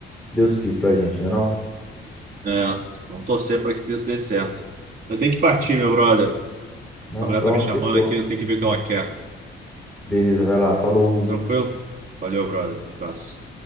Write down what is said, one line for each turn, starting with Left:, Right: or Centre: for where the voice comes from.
Centre: Deus quis pra gente, né não?
Right: É, vamos torcer para que isso dê certo. Eu tenho que partir, meu brother.
Centre: Não,
Right: A mulher
Centre: pronto,
Right: tá me chamando
Centre: fechou.
Right: aqui, eu tenho que ver o que ela quer.
Centre: Beleza, vai lá. Falou.
Right: Tranquilo? Valeu, brother. Abraço.